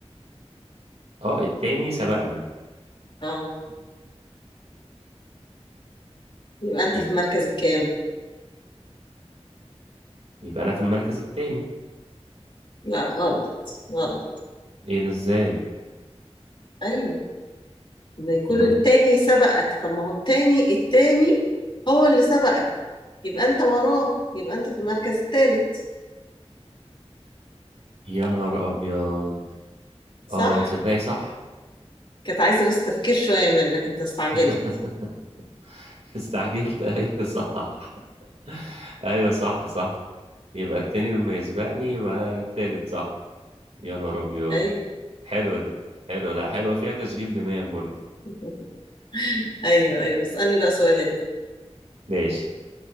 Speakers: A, on the right (about 75°); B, on the left (about 45°).
A: اه التاني سبقني
B: آه يبقى أنت
A: يب-
B: في المركز الكام؟
A: يبقى انا في المركز التاني
B: لا غلط غلط
A: ايه ده ازاي
B: أيوه إن يكون
A: امال
B: التاني سبقك طب ما هو التاني التاني هو اللي سبقك يبقى انت وراه يبقى انت في المركز الثالث
A: يا نهار ابيض
B: صح
A: اه تصدقي صح
B: كانت عايزة بس تفكير شوية منك انت استعجلت
A: <laughs> <laughs> استعجلت ايوه صح <laughs> ايوه صح صح يبقى التاني لما يسبقني يبقى انا التالت صح يا نهار ابيض
B: ايوه
A: حلوه دي حلوه لا حلوه فيها تشغيل دماغ برضه
B: <laughs> ايوه ايوه اسألني بقى سؤال انت
A: ماشي